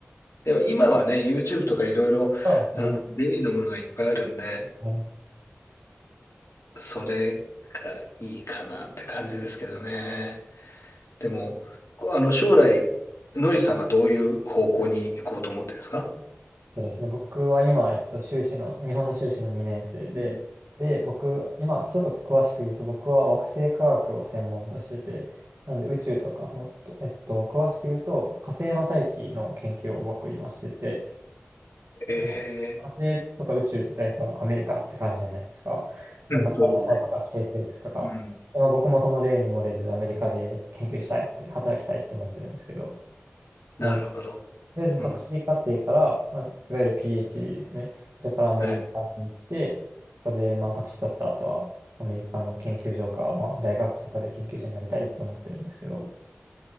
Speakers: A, on the left (about 70°); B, on the right (about 65°).
A: でも今はね、YouTube とかいろいろ、
B: そうですね。
A: あの、便利なものがいっぱいあるんで、
B: はい
A: それがいいかなって感じですけどね。でも、こあの、将来、のりさんはどういう方向に行こうと思ってるんですか
B: そうですね。僕は今、えっと、修士の、日本の修士の2年生で、
A: うん
B: で、僕、今、ちょっと詳しく言うと、僕は惑星科学を専門としてて、なんで宇宙とか、その、とえっと、詳しく言うと、火星の大気の研究を僕今してて、
A: ええ
B: はい火星とか宇宙って言ったらやっぱアメリカって感じじゃないですか。まあの、
A: うん、そうですね。
B: ナメとかスペース X とか。
A: うん。
B: でまあ、僕もその例に漏れずアメリカで研究したいって、働きたいって思ってるんですけど、
A: なるほど。
B: なんで、とりあえず博士課程から、
A: うん。
B: まあ、いわゆる PhD ですね。それからアメリカに行って、
A: はい。
B: ここでまあ博士取った後はアメリカの研究所か、まあ、大学とかで研究者になりたいって思ってるんですけど、